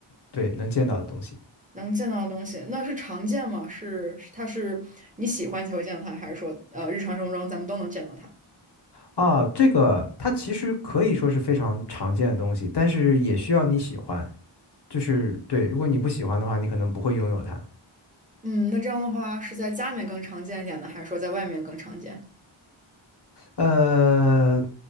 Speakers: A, on the left; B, on the right.
A: 对能见到的东西
B: 能见到的东西，那是常见吗？是，是它是你喜欢才会见到它，还是说呃日常生活中咱们都能见到它？
A: 啊。这个它其实可以说是非常常见的东西，但是也需要你喜欢。就是对，如果你不喜欢的话，你可能不会拥有它。
B: 嗯，那这样的话是在家里面更常见一点呢，还是说在外面更常见？
A: 呃，